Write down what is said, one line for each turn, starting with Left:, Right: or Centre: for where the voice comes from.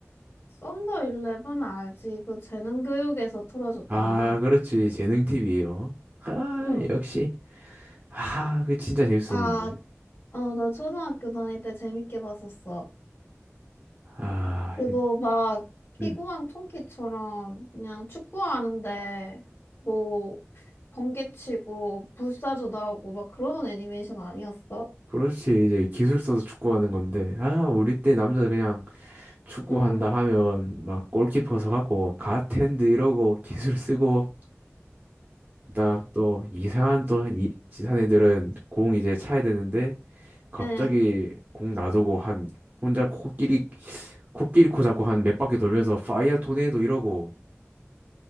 Left: 썬더 일레븐 알지? 그 재능 교육에서 틀어줬잖아.
Right: 아, 그렇지. 재능 TV예요. 아,
Left: 응,
Right: 역시. 아, 그 진짜 재밌었는데.
Left: 나, 어, 나 초등학교 다닐 때 재밌게 봤었어.
Right: 아,
Left: 그거
Right: 이-
Left: 막 피구왕
Right: 음,
Left: 통키처럼 그냥 축구하는데 뭐 번개치고 불사조 나오고 막 그러던 애니메이션 아니었어?
Right: 그렇지. 이제 기술 써서 축구하는 건데. 아, 우리 때 남자들 그냥 축구한다
Left: 응,
Right: 하면 막 골키퍼 서갖고 갓핸드 이러고 기술 쓰고 딱 또 이상한 또 이, 지산 애들은 공 이제 차야 되는데 갑자기
Left: 응.
Right: 공 놔두고 한 혼자 코끼리 코끼리 코 잡고 한 몇 바퀴 돌면서 파이어 토네이도 이러고